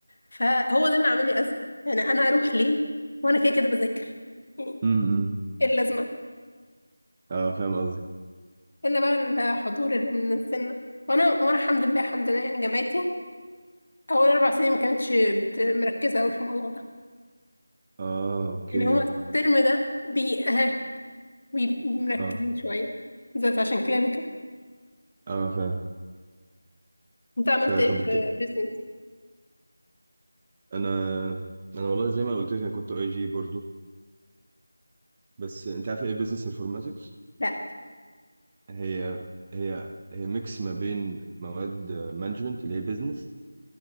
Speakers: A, on the left; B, on the right.
A: فهو ده اللي عامل لي ازمه يعني انا اروح ليه وانا كده كده بذاكر يعني
B: امم
A: ايه اللازمه
B: اه فاهم قصدي
A: الا بقى الحضور اللي من السنه وانا وانا الحمد لله الحمد لله يعني جامعتي اول اربع سنين ما كانتش بت- مركزه قوي في الموضوع ده
B: اه اوكي
A: يعني هو الترم ده بي <laughs> بيبقوا مركزين
B: اه
A: شوية بالذات عشان كده أنا كده
B: اه فاهم
A: انت عملت
B: فطب
A: ايه
B: الت-
A: في بيزنس؟
B: انا انا والله زي ما قلت لك انا كنت اي جي برضو بس انت عارف ايه بزنس انفورماتكس
A: لا
B: هي هي هي ميكس ما بين مواد مانجمنت اللي هي بزنس